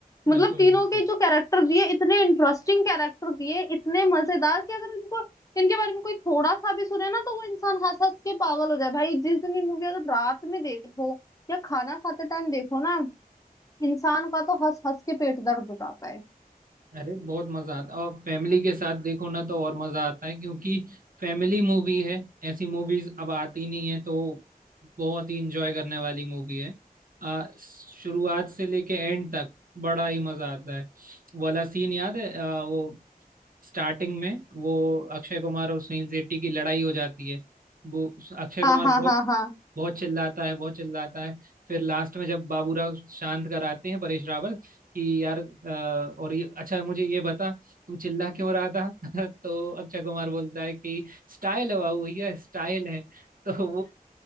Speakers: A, on the left; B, on the right.
A: मतलब
B: बिल्कुल
A: तीनों
B: बिल्कुल
A: के जो कैरेक्टर दिए इतने इंटरेस्टिंग कैरेक्टर दिए इतने मजेदार कि अगर इनको इनके बारे में कोई थोड़ा सा भी सुने ना तो वो इंसान हंस हंस के पागल हो जाए भाई जिस दिन ये मूवी अगर रात में देखो या खाना खाते टाइम देखो ना इंसान का तो हंस हंस के पेट दर्द हो जाता है
B: अरे बहुत मजा आता है, और फैमिली के साथ देखो ना तो और मजा आता है क्योंकि फैमिली मूवी है ऐसी मूवीज अब आती नहीं है तो बहुत ही इंजॉय करने वाली मूवी है आ, शुरुआत से लेके एंड तक बड़ा ही मजा आता है वो वाला सीन याद है आ, वो स्टार्टिंग में वो अक्षय कुमार और सुनील शेट्टी की लड़ाई हो जाती है वो अक्षय
A: हाँ
B: कुमार
A: हाँ
B: बहुत
A: हाँ हाँ
B: बहुत चिल्लाता है बहुत चिल्लाता है फिर लास्ट में जब बाबूराव शांत कराते हैं परेश रावल कि यार अ, और ये अच्छा मुझे ये बता तू चिल्ला क्यों रहा था <laughs> तो अक्षय कुमार बोलता है कि स्टाइल है बाबू भैया स्टाइल है <laughs> तो वो